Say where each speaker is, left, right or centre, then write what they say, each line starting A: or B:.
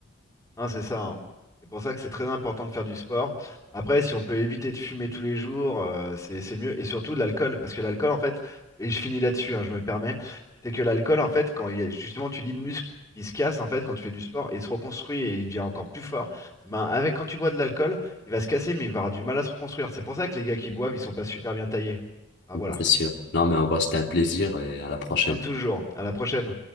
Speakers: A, on the left; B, on the left.
A: Hein, c'est ça. hein. C'est pour ça que c'est très important de faire du sport. Après, si on peut éviter de fumer tous les jours, euh, c'est c'est mieux. Et surtout de l'alcool, parce que l'alcool, en fait, et je finis là-dessus, hein, je me permets, c'est que l'alcool, en fait, quand il y a- justement tu dis le muscle, il se casse en fait quand tu fais du sport, et il se reconstruit et il devient encore plus fort. Et ben avec quand tu bois de l'alcool, il va se casser, mais il va avoir du mal à se reconstruire. C'est pour ça que les gars qui boivent, ils sont pas super bien taillés. Ah
B: Non,
A: voilà.
B: C'est sûr. Non, mais en vrai, c'était un plaisir et à la prochaine.
A: Comme toujours. À la prochaine.